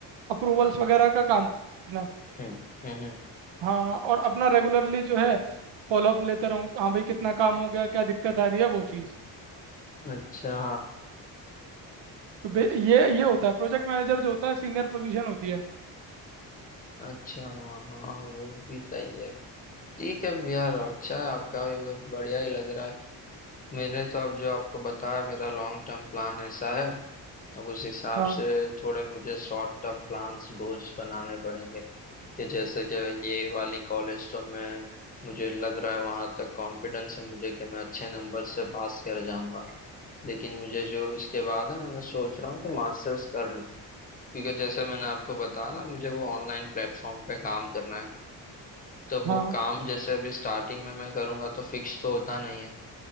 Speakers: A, on the right (about 80°); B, on the left (about 20°).
A: अप्रूवल्स वगैरह का काम अपना
B: हम्म हम्म हम्म,
A: हाँ और अपना रेगुलरली जो है फॉलोअप लेते रहूँ हाँ भाई कितना काम हो गया क्या दिक्कत आ रही है वो चीज़
B: अच्छा
A: तो बे- ये ये होता है प्रोजेक्ट मैनेजर जो होता है सीनियर पोजीशन होती है
B: अच्छा हाँ हाँ, वो भी सही है ठीक है यार अच्छा है आपका भी कुछ बढ़िया ही लग रहा है मैंने तो अब जो आपको बताया मेरा लॉन्ग टर्म प्लान ऐसा है अब उस हिसाब
A: हाँ
B: से थोड़े मुझे शॉर्ट टर्म प्लान्स गोल्स बनाने पड़ेंगे कि जैसे कि ये वाली कॉलेज तो मैं मुझे लग रहा है वहां तक कॉन्फिडेंस है मुझे कि मैं अच्छे नंबर से पास कर जाऊंगा लेकिन मुझे जो इसके बाद है ना मैं सोच रहा हूँ कि मास्टर्स कर लूँ क्योंकि जैसे मैंने आपको बताया ना मुझे वो ऑनलाइन प्लेटफॉर्म पे काम करना है तो वो
A: हाँ
B: काम जैसे अभी स्टार्टिंग में मैं करूंगा तो फिक्स तो होता नहीं है